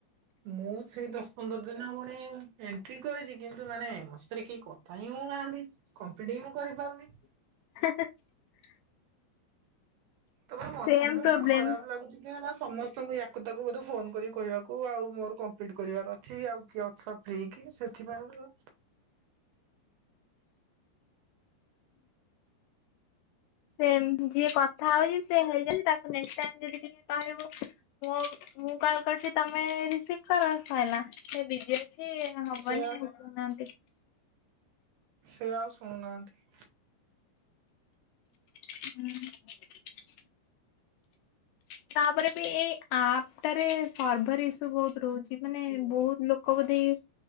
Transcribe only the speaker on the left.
<inaudible>
ସେମ
ପ୍ରୋବ୍ଲେମ।
ସେ ଯିଏ କଥା ହଉଛି ସେ ହେଇଛନ୍ତି ତାକୁା ନେଷ୍ଟେ ଟାଇମ୍ ଯଦି କିଛି କହିବୁ ମୋ ମୁଁ କଲ୍ କରିୁଛି ତମେ ରିସିଭ କର ସଇଲା ସେ ବି ବିଜି ଅଛି ହବନି
କହୁନାହାନ୍ତି।
ହୁଁ। ତାପରେ ବି ଏଇ ଆପଟାରେ ସର୍ଭର ଇସ୍ୟୁ ବହୁତ ରହୁଛି ମାନେ ବହୁତ ଲୋକ ବୋଧେଇ